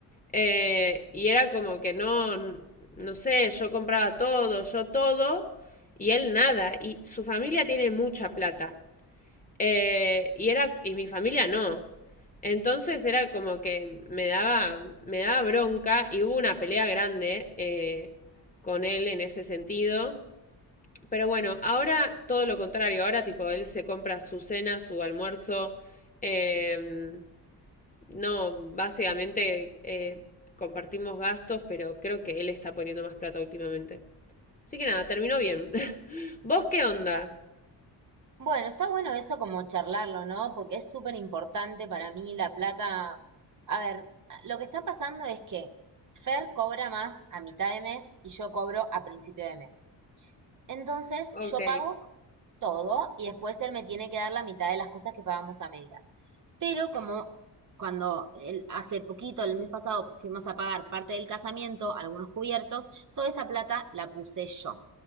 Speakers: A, on the left; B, on the right.
A: Eh, y era como que no, no sé, yo compraba todo, yo todo, y él nada. Y su familia tiene mucha plata. Eh, y era, y mi familia no. Entonces era como que me daba, me daba bronca y hubo una pelea grande eh, con él en ese sentido. Pero bueno, ahora todo lo contrario, ahora tipo él se compra su cena, su almuerzo, eh, no, básicamente eh, compartimos gastos, pero creo que él está poniendo más plata últimamente. Así que nada, terminó bien. <laughs> ¿Vos qué onda?
B: Bueno, está bueno eso como charlarlo, ¿no? Porque es súper importante para mí la plata. A ver, lo que está pasando es que Fer cobra más a mitad de mes y yo cobro a principio de mes. Entonces,
A: Ok,
B: yo pago todo y después él me tiene que dar la mitad de las cosas que pagamos a medias. Pero como cuando el- hace poquito, el mes pasado, fuimos a pagar parte del casamiento, algunos cubiertos, toda esa plata la puse yo